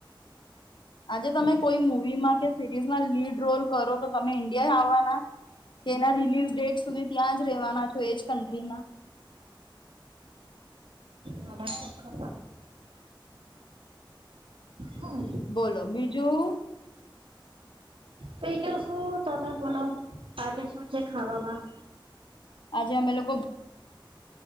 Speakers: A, on the left (about 65°); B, on the right (about 85°).
A: આજે તમે કોઈ મુવીમાં કે સિરીઝમાં લીડ રોલ કરો, તો તમે ઈન્ડિયા આવવાના? કેના રિલીઝ ડેટ સુધી ત્યાં જ રેવાના છો? એજ કન્ટ્રીમાં
B: મને શું ખબર હમ
A: બોલો બીજું,
B: બીજો શું તમે બોલો આજે શું છે, ખાવામાં?
A: આજે હમે લોકો